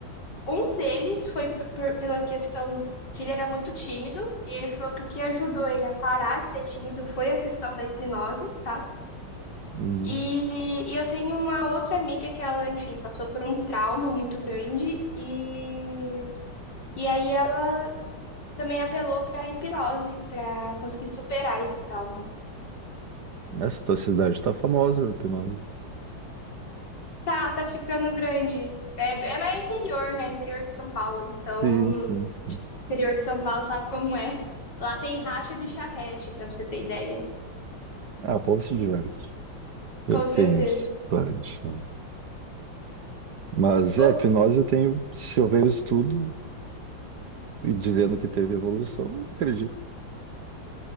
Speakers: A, on the left; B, on the right.
A: Um deles foi p- p- pela questão que ele era muito tímido, e ele falou que o que ajudou ele a parar de ser tímido foi a questão da hipnose, sabe?
B: hum,
A: E, e eu tenho uma outra amiga que ela, enfim, passou por um trauma muito grande e, e aí ela também apelou pra hipnose pra conseguir superar esse trauma.
B: Essa tua cidade está famosa, a hipnose.
A: Tá, tá ficando grande. É, é, mas é interior, né? Interior de São Paulo. Então,
B: Sim, sim, sim.
A: interior de São Paulo sabe como é. Lá tem racha de charrete, pra você ter ideia.
B: Ah, o povo se diverte. Eu
A: Com
B: tenho
A: certeza.
B: uns parentes. né? Mas é,
A: Ô,
B: hipnose eu tenho, se eu ver o estudo. E dizendo que teve evolução, não acredito.